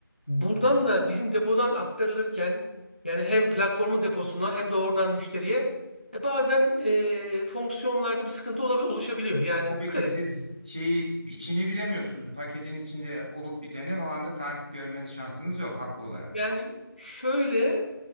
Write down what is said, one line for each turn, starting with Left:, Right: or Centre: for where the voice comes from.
Left: buradan da bizim depodan aktarılırken yani hem platformun deposuna hem de oradan müşteriye e, bazen e, fonksiyonlarda bir sıkıntı olabil- oluşabiliyor. Yani
Right: Tabii
Left: kırık.
Right: ki siz şeyi içini bilemiyorsunuz. Paketin içinde olup biteni o anda takip görmeniz şansınız yok haklı olarak.
Left: Yani şöyle